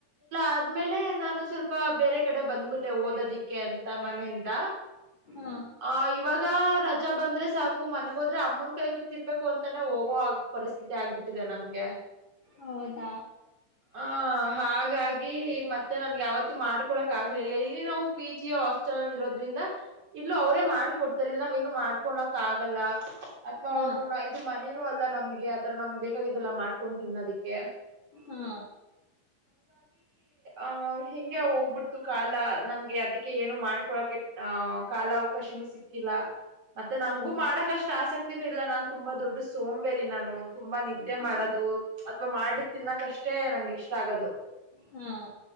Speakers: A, on the right; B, on the left.
A: ಆದ್ಮೇಲೆ ನಾನು ಸ್ವಲ್ಪ ಬೇರೆ ಕಡೆ ಬಂದ್ಬಿಟ್ಟೆ ಓದೋದಿಕ್ಕೆ ಅಂತ ಮನೆಯಿಂದ
B: ಹಾ
A: ಆ ಇವಾಗ ಬಂದ್ರೆ ಸಾಕು ಮನೆಗೋದ್ರೆ ಅಮ್ಮನ್ ಕೈ ತತ್ ತಿನ್ಬೇಕು ಅಂತಾನೆ ಹೋಗೋ ಆ ಪರಿಸ್ಥಿತಿ ಆಗ್ಬಿಟ್ಟಿದೆ ನಮ್ಗೆ
B: ಹೌದು
A: ಹ ಹಾಗಾಗಿ ಮತ್ತೆ ನನ್ಗೆ ಯಾವತ್ತು ಮಾಡ್ಕೊಳಕ್ ಆಗ್ಲಿಲ್ಲ ಇಲ್ಲಿ ನಾವು ಪಿ ಜಿ ಹಾಸ್ಟೆಲ್ ಅಲ್ಲಿ ಇರೋದ್ರಿಂದ ಇಲ್ಲೂ ಅವರೇ ಮಾಡ ಕೊಡ್ತಲ್ ನಾವೇನು ಮಾಡ್ಕೊಳಕ್ ಆಗಲ್ಲ ಅಥವಾ
B: ಹಾ
A: ಅವ್ರು ಇದು ಮನೇನೂ ಅಲ್ಲ ನಮ್ಗೆ ಈರ ನಮ್ ಬೇಕಾಗಿದ್ದಲ್ಲ ಮಾಡ್ಕೊಂಡ ತಿನ್ೋದಿಕ್ಕೆ
B: ಹಾ
A: ಆ ಹಿಗೆ ಹೋಗ್ಬಿಡ್ತು ಕಾಲ ನಂಗೆ ಅದಕ್ಕೆ ಕೆ ಏನು ಮಾಡ್ಕೊಳಕೆ ಅಹ ಕಾಲ ಅವಕಾಶನುೂ ಸಿಕ್ಕಿಲ್ಲ ಮತ್ತೆ ನಂಗಂಗೂ
B: ಓ
A: ಮಾಡಕ್ಷ್ಟ್ ಆಸಕ್ತಿನೂ ಇಲ್ಲ ನನ್ ತುಂಬಾ ದೊಡ್ಡ ಸೋಂಬೇರಿ ನಾನು ತುಂಬಾ ನಿದ್ದೆ
B: ಹಾ
A: ಮಾಡೋದು ಅಥವಾ ಮಾಡಿ ತಿನ್ನಕಷ್ಟೇ ನಂಗೆ ಇಷ್ಟ ಆಗದು
B: ಹಾ